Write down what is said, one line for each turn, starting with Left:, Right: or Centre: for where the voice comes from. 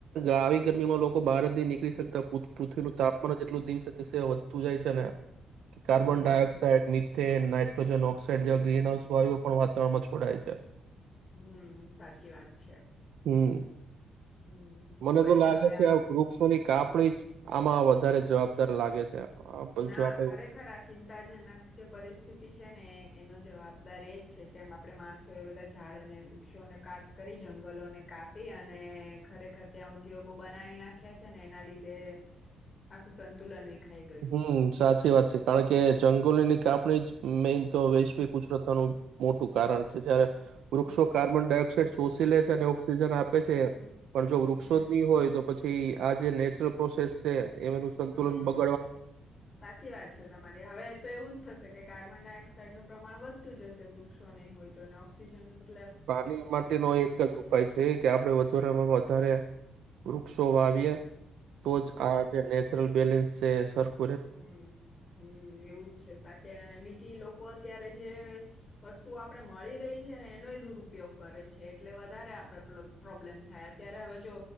Right: આવી ગરમીમાં લોકો બહાર જ નહી નીકળી શકતા પુથ પૃથ્વીનું તાપમાન જેટલું દિવસે દિવસે વધતું જાય છે ને કે કાર્બન
Left: હમ
Right: ડાયોક્સાઇડ, મિથેન, નાઇટ્રોજન- ઓક્સાઇડ જેવા
Left: હમ
Right: ગ્રીન હાઉસ વાયું પણ વાતાવરણમાં ફડાય છે
Left: હમ સાચી વાત છે.
Right: હમ.
Left: હમ શું
Right: મને
Left: કરીએ
Right: તો લાગે
Left: હવે
Right: છે
Left: આમાં
Right: આ
Left: તો
Right: વૃક્ષોની કાપડી જ આમાં વધારે જવાબદાર લાગે છે. આ બ-
Left: ના
Right: જો આપણે
Left: ખરેખર આ ચિંતાજનક જે પરિસ્થિતિ છે ને એનો જવાબદાર એ જ છે કેમ આપડે માણસો એ બધા‌ ઝાડને વૃક્ષોને કાટ કરી જંગલોને કાપી અને ખરેખર ત્યાં ઉદ્યોગો બનાવી નાખ્યા છેને એના લીધે આખું સંતુલન વિખાઈ ગયું.
Right: હમ
Left: છે.
Right: સાચી વાત છે કારણ કે જંગોલીની કાપણી જ મેન તો વૈશ્વિક
Left: હમ
Right: કુદરતતાનું મોટું કારણ છે. જયારે વૃક્ષો
Left: હમ
Right: કાર્બન ડાયોક્સાઇડ શોષી લે છેઅને ઓક્સિજન આપે છે
Left: હમ
Right: પણ જો વૃક્ષો
Left: હમ
Right: જ નહી હોય તો પછી આજ નેચરલ પ્રોસેસ છે એમનું સંતુલન
Left: હમ
Right: બગ
Left: સાચી વાત છે તમારી હવે તો એવું જ થશે કે કાર્બન ડાયોક્સાઇડ નું પ્રમાણ વધ તું જશે વૃક્ષો નહી હોય તો અને ઓક્સિજન ન
Right: પાણી માટેનો એક જ ઉપાય છે કે આપડે અધુરામાં વધારે વુક્ષો વાવીએ. તો જ આ છે નેચરલ બેલેન્સ સરકાર <inaudible>
Left: હું હું એવું જ છે સાચે અને બીજી લોકો અત્યારે જે વસ્તુ આપણે મળી રહી છે ને એનોય દુરુપયોગ કરે છે એટલે વધારે આપડે પ્રોબ્લેમ થાય અત્યારે હવે જો